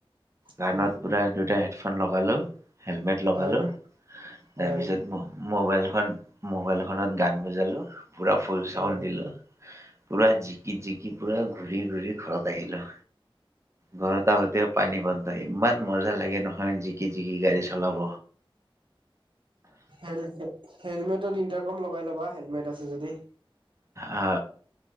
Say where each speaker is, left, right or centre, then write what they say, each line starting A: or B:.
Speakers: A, on the right; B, on the right.
A: কাণত
B: উম
A: পুৰা দুটা হেডফোন লগালো হেলমেট লগালো
B: হয় হয়
A: তাৰপিছত ম মবাইলখন মোবাইল খনত গান বজালো পুৰা ফুল
B: হয়
A: চাউণ্ড দিলো, পুৰা জিকি জিকি পুৰা ঘূৰি ঘূৰি ঘৰত আহিলো ঘৰত আহোতেও পানী বন্ধ ইমান মজা লাগে নহয় জিকি জিকি গাড়ী চলাব
B: হেল হেলমেটত ইনটাৰকম লগাই ল'বা হেলমেট আছে যদি
A: আ